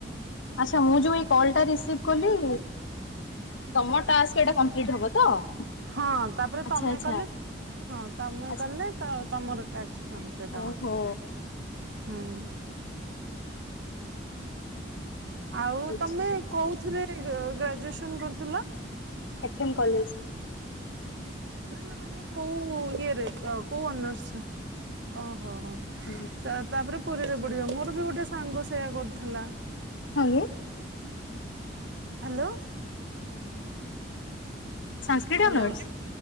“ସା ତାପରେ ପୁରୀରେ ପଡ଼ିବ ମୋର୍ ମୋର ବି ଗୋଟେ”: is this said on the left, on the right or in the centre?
Right